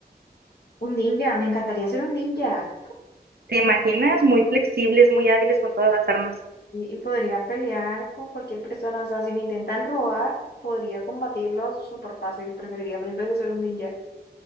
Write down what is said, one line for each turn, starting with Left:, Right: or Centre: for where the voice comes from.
Left: Un ninja, me encantaría ser un ninja.
Right: ¿Te imaginas? Muy flexibles,
Left: <laughs>
Right: muy
Left: Y,
Right: hábiles con todas las armas.
Left: y podría pelear con cualquier persona. O sea, si me intentan robar, podría combatirlos súper fácil. Preferiría mil veces ser un ninja.